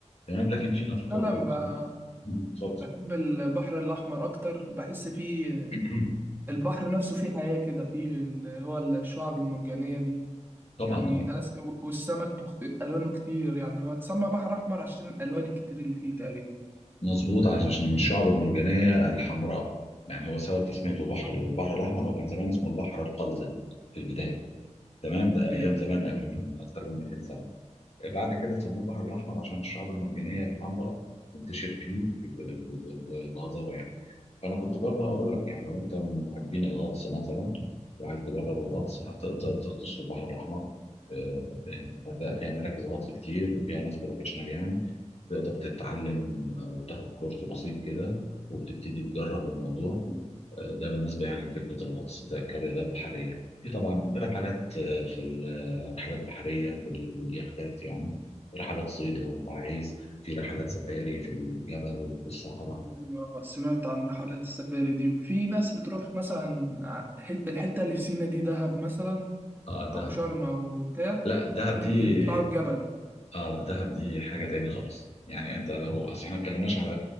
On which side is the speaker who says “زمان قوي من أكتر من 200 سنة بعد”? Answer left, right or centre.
Left